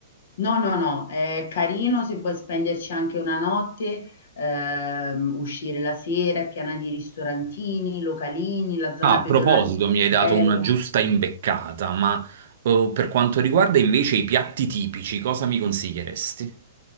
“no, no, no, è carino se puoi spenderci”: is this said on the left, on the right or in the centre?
Left